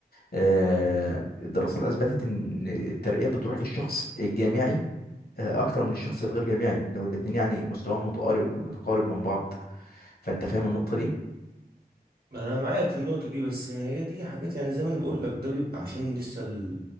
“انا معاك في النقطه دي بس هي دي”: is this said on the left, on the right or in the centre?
Right